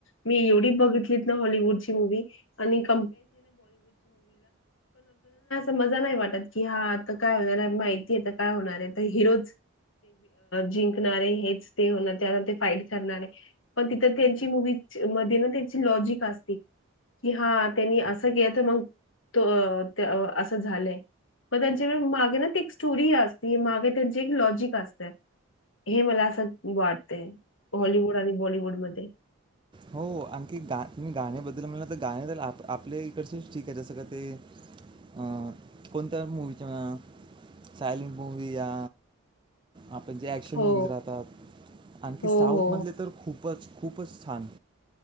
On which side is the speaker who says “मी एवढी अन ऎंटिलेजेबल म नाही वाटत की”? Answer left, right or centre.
Left